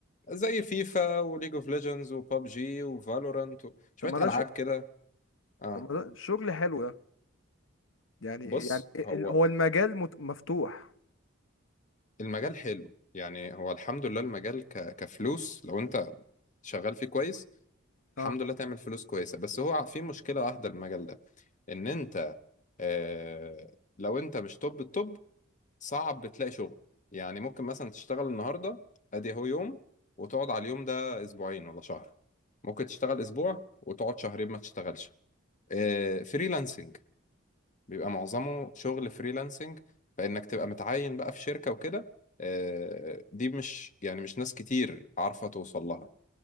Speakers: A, on the left (about 40°); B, on the left (about 65°).
A: زي فيفا وليج اوف ليجندز وبابجي وفالورانت و... شويه
B: طب ما ده
A: العاب
B: شو...
A: كده اه
B: طب ما ده شغل حلو ده يعني
A: بص
B: يعني ال-
A: هو
B: هو المجال مت... مفتوح
A: المجال حلو يعني هو الحمد لله المجال ك... كفلوس لو انت شغال فيه كويس
B: اه
A: الحمد لله تعمل فلوس كويسة بس هو في مشكلة واحدة المجال ده ان انت اه... لو انت مش توب التوب صعب تلاقي شغل يعني ممكن مثلا تشتغل النهاردة ادي هو يوم وتقعد على اليوم ده اسبوعين ولا شهر ممكن تشتغل اسبوع وتقعد شهرين ما تشتغلش فريلانسنج بيبقى معظمه شغل فريلانسنج فإنك تبقى متعين بقى في شركة وكده آه، دي مش يعني مش ناس كتير عارفة توصل لها